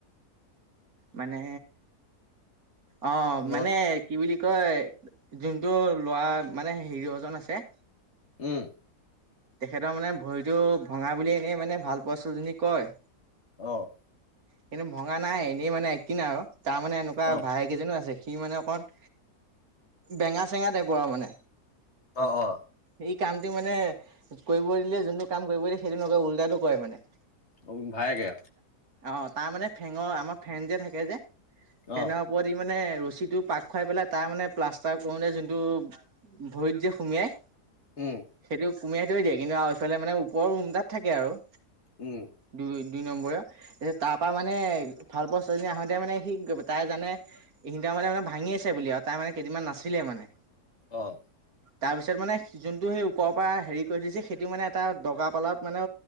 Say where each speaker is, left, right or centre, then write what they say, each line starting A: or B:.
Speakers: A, on the right; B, on the left.
A: মানে অ'
B: মনত
A: মানে কি বুলি কয় যোনটো ল'ৰা মানে হিৰোজন আছে
B: উম।
A: তেখেতৰ মানে ভৰিটো ভঙা বুলি এনেই মানে ভাল পোৱা ছোৱালীজনীক কয়।
B: অ'।
A: কিন্তু ভঙা নাই এনেই মানে একটিং আৰু। তাৰ মানে এনেকুৱা
B: অ
A: ভায়েক এজনো আছে। সি মানে অকণ বেঙা চেঙা টাইপৰ আৰু মানে।
B: অ', অ'।
A: এই কামটো মানে কৰিব দিলে, যোনটো কাম কৰিব দিয়ে সেইটো নকৰে উল্টাটো কৰে মানে।
B: অ' ভায়েকে?
A: অ' তাৰমানে ফেনৰ আমাৰ ফেন যে থাকে যে ফেনৰ
B: অ
A: ওপৰত ই মানে ৰছীটো পাক খুৱাই পেলাই তাৰ মানে প্লাষ্টাৰ কৰোঁতে যোনটো ভৰিত যে সোমিয়াই
B: উম।
A: সেইটো সুমিয়াই থৈ দিয়ে কিন্তু আৰু এইফালে মানে ওপৰৰ ৰুম এটাত থাকে আৰু।
B: উম।
A: দুই দুই নম্বৰীয়া, তাৰপা মানে ভাল পোৱা ছোৱালীজনী আহোঁতে মানে সি তাই জানে ইহঁতৰ মানে মানে ভাঙি আছে বুলি আৰু তাই মানে কেইদিনমান নাছিলে মানে।
B: অ'।
A: তাৰ পিছত মানে যোনটো সেই ওপৰৰ পৰা হেৰি কৰি থৈছে সেইটো মানে এটা দগা পালাত মানে